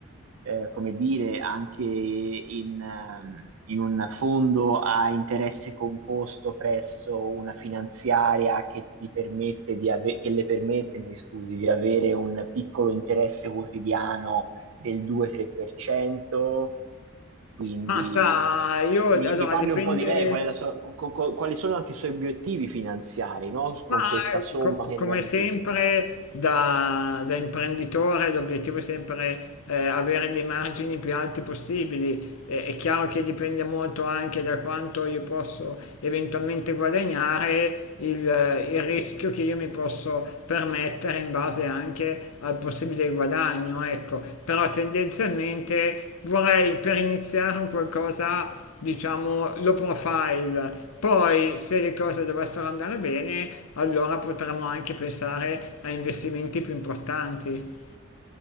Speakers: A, on the right; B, on the left.
A: eh, come dire, anche in, ehm, in un fondo a interesse composto presso una finanziaria che ti permette di ave- che le permette, mi scusi, di avere un piccolo interesse quotidiano del 2-3%. Quindi
B: Ma sa, io
A: mi,
B: allora
A: mi parli
B: dipende.
A: un po' di lei, qual è la sua- co- co- quali sono anche i suoi obiettivi finanziari, no?
B: Ma
A: Con questa
B: eh,
A: somma
B: co-
A: che
B: come
A: lei ha a disposizione.
B: sempre da, da imprenditore l'obiettivo è sempre eh, avere dei margini più alti possibili. Eh, è chiaro che dipende molto anche da quanto io posso eventualmente guadagnare, il, il rischio che io mi posso permettere in base anche al possibile guadagno, ecco. Però tendenzialmente vorrei per iniziare un qualcosa diciamo, low profile. Poi, se le cose dovessero andare bene, allora potremmo anche pensare a investimenti più importanti,